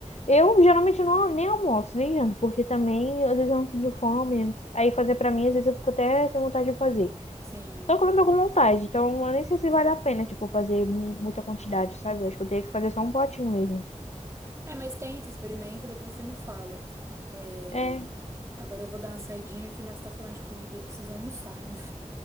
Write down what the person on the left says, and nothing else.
Eu geralmente não nem almoço, nem janto, porque também às vezes eu não sinto fome. Aí fazer pra mim, às vezes eu fico até sem vontade de fazer.
Só que eu não tô com vontade, então eu nem sei se vale a pena, tipo, fazer mu- muita quantidade, sabe? Eu acho que eu teria que fazer só um potinho mesmo.
É.